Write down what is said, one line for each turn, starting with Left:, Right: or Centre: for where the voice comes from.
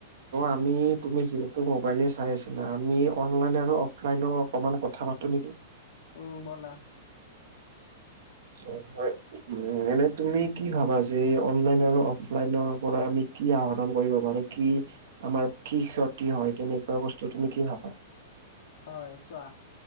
Right: আমি তুমি যিহেতু ত' মোবাইলে চাই আছিলা। আমি অ'নলাইন আৰু অফলাইনৰ অকমান কথা পাতো নেকি?
Left: উম ব'লা।
Right: অ' হয়। উম, এনেই তুমি কি ভাবা যে অ'নলাইন আৰু অফলাইনৰ পৰা আমি কি আহৰণ কৰিব পাৰো? কি আমাৰ কি ক্ষতি হয়, তেনেকুৱা বস্তু তুমি কি ভাবা?
Left: হয়, চোৱা,